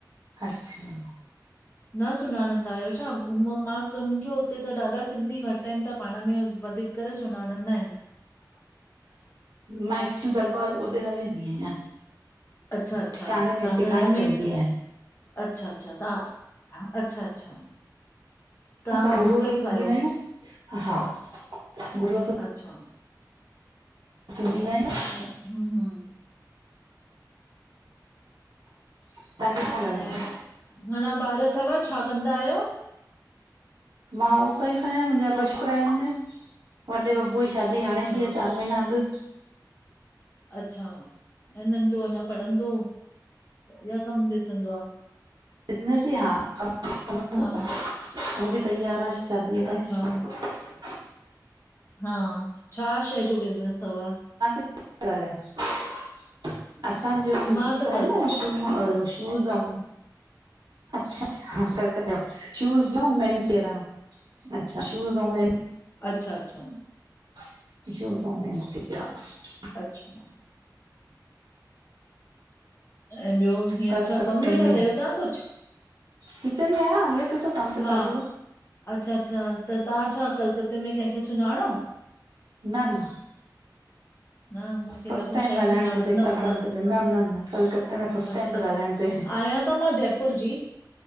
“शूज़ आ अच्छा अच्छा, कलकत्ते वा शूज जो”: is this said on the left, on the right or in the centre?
Right